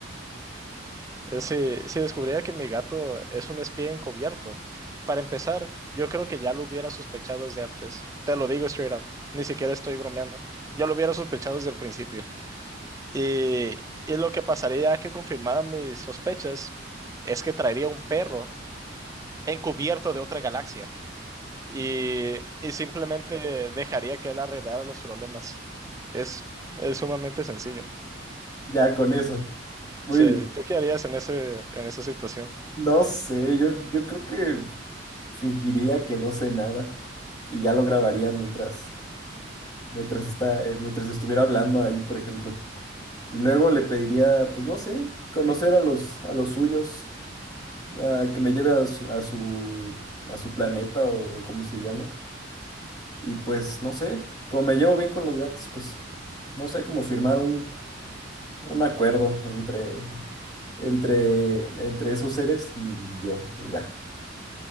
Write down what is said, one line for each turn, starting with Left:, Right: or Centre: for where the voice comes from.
Right: Eh, Si, si descubriera que mi gato es un espía encubierto, para empezar, yo creo que ya lo hubiera sospechado desde antes. Te lo digo straight up, ni siquiera estoy bromeando. Yo lo hubiera sospechado desde el principio. Y, y lo que pasaría que confirmara mis sospechas es que traería un perro encubierto de otra galaxia y, y simplemente dejaría que él arreglara los problemas. Es, es sumamente sencillo.
Left: Ya con eso. Muy
Right: Sí,
Left: bien.
Right: ¿tú qué harías en ese, en esa situación?
Left: No sé, yo, yo creo que fingiría que no sé nada y ya lo grabaría mientras, mientras está, eh, mientras estuviera hablando ahí, por ejemplo. Y luego le pediría, pues no sé, conocer a los, a los suyos, a que me lleve a su, a su, a su planeta o, o como se llame. Y pues no sé, como me llevo bien con los gatos, pues no sé, como firmar un un acuerdo entre, entre, entre esos seres y, y yo, y ya.